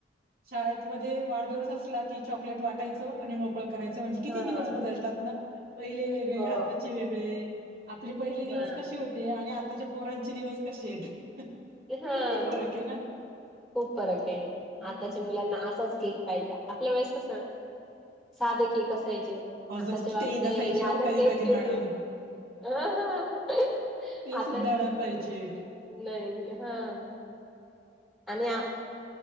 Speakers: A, on the right; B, in the centre.
A: शाळेतमध्ये वाढदिवस असला कि चॉकलेट वाटायचं आणि मोकळं करायचं म्हणजे किती
B: हां.
A: दिवस बदलतात ना पहिले
B: हो.
A: वेगळे आताचे वेगळे आपले
B: हां.
A: पहिले दिवस कशे होते आणि आताच्या पोरांचे दिवस कसे आहेत
B: हा
A: किती फरक आहे ना?
B: खूप फरक आहे
A: हं.
B: आताच्या मुलात ना असाच केक पाहिजे आपल्या वळेस कस साधे केक असायचे
A: अजून
B: आत्ताचे वागणे
A: तेही नसायचे
B: माझं
A: हो कधी-कधी
B: सेम सेम
A: मॅडम.
B: हा ह
A: ते
B: आता
A: सुद्धा नसायचेत.
B: नाही हा आणि आ